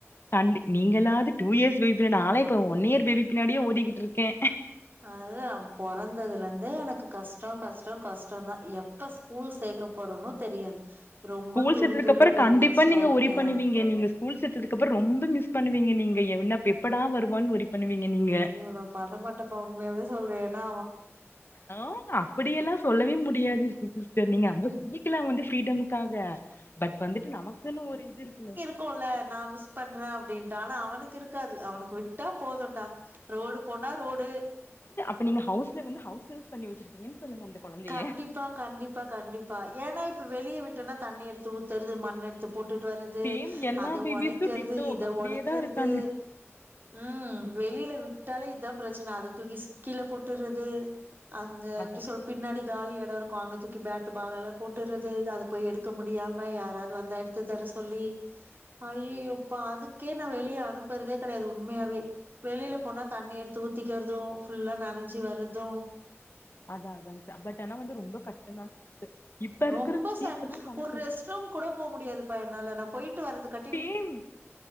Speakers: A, on the left; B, on the right.
A: கண்டி நீங்களாது டூ இயர்ஸ் பேபி பின்னாடி நான் ல இப்ப ஒன் இயர் பேபி பின்னாடிய ஓடிக்கட்டு இருக்கேன்
B: அது அவன் பொறந்ததுல இருந்தே எனக்கு கஷ்டம் கஷ்டம் கஷ்டம் தான் எ எப்ப ஸ்கூல் சேக்க போறோனோ தெரியாது ரொம்ப
A: ஸ்கூல்
B: துரு
A: சேத்ததுக்கு
B: துருன்னு
A: அப்புறோ கண்டிப்பா
B: சேட்ட
A: நீங்க ஒரி பண்ணுவீங்க நீங்க ஸ்கூல் செத்ததுக்கு அப்பறம் ரொம்ப மிஸ் பண்ணுவீங்க நீங்க என்ன எப்படா வருவான்னு வ பண்ணுவீங்க நீங்க
B: அய்யோ நான் பண்ணமாட்டேப்பா உண்மாவே சொல்றேன் ஏனா
A: ஆ ஹ அப்டியெல்லாம் சொல்லவே முடியாது நீங்க அங்க சொல்லிக்கலாம் வந்து ஃரீடமுகாக பட் வந்துட்டு நமக்குன்னு ஒரு இது இருக்குல்ல
B: இருக்கும்ல நான் மிஸ் பண்றேன் அப்டின்ட்டு ஆனா அவனுக்கு இருக்காது அவனுக்கு விட்டா போதும்டா ரோடு போனா ரோடு
A: இப்ப நீங்க ஹவுஸ்ல வந்து ஹவுஸ் அரஸ்ட் பண்ணி வெச்சிருக்கீங்கன்னு சொல்லுங்க அந்த கொழந்தைய
B: கண்டிப்பா, கண்டிப்பா கண்டிப்பா ஏனா இப்ப வெளியே விட்டோனா தண்ணி எடுத்து ஊத்துறது மண் எடு த்து போட்டுட்டு வருறது
A: சேம் எல்லா
B: அத
A: பேபிஸு
B: ஒடைக்கிறது
A: டிட்டோ
B: இத
A: அப்படியேதா
B: ஒடைக்கிறது
A: இருக்காங்க
B: ம் வெளியில விட்டாலே இதான் பிரச்சனை அத தூக்கி சிக் கீழ போட்டுறது அங்க எப்டி
A: அதா
B: சொல் பின்னாடி காலி எடம் இருக்கும் அங்க தூக்கி பேட் பால் எல்லாம் போட்டுறது அதை போய் எடு து முடியாம யாராவது வந்த எடுத்து தர சொல்லி அய்யய்யோ பா அதுக்கே நான் வெளியே அனுப்பறதே கிடையாது உண்மையாவே வெளியில போனா தண்ணி எடுத்து ஊத்திக்கிறதும் ஃபுல்லா நனஞ்சு வர்ரது
A: அதான் அதாங்க சார் பட் ஆனா வந்து ரொம்ப கஷ்டம்தான் இப்ப இருக்கிற
B: ரொம்ப
A: பீஸ்
B: சேட்
A: தான் வளத்து
B: ஒரு
A: எடு
B: ரெஸ்ட் ரூம் கூட போ முடியாதுப்பா என்னால நான் போயிட்டு வறது கட்
A: சேம்